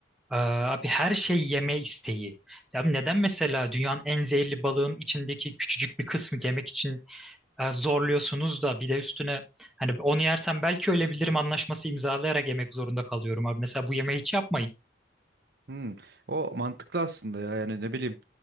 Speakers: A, in the centre; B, on the right (about 55°).
A: Ee, abi her şey yeme isteği. Ya abi neden mesela dünyanın en zehirli balığın içindeki küçücük bir kısmı yemek için e, zorluyorsunuz da bir de üstüne hani onu yersem belki ölebilirim anlaşması imzalayarak yemek zorunda kalıyorum abi. Mesela bu yemeği hiç yapmayın.
B: Hmm, o mantıklı aslında ya yani ne bileyim.